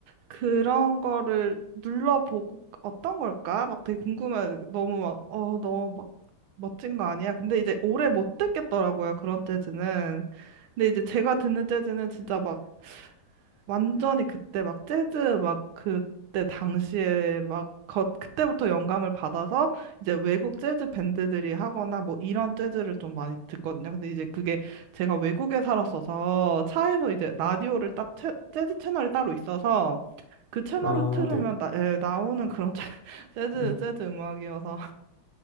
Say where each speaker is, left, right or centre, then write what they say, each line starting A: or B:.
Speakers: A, on the right; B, on the left.
A: 그런 거를 눌러보고 어떤 걸까? 막 되게 궁금해. 너무 막, 어, 너무 막 멋진 거 아니야? 근데 이제 오래 못 듣겠더라고요, 그런 재즈는. 근데 이제 제가 듣는 재즈는 진짜 막 완전히 그때 막 재즈 막 그때 당시에 막 거, 그때부터 영감을 받아서 이제 외국 재즈 밴드들이 하거나 뭐 이런 재즈를 좀 많이 듣거든요. 근데 이제 그게 제가 외국에 살았어서 차에서 이제 라디오를 딱 채, 재즈 채널이 따로 있어서 그 채널을
B: 아,
A: 틀으면
B: 네.
A: 나, 예, 나오는 그런 <laughs> 재즈
B: 음.
A: 재즈 음악이어서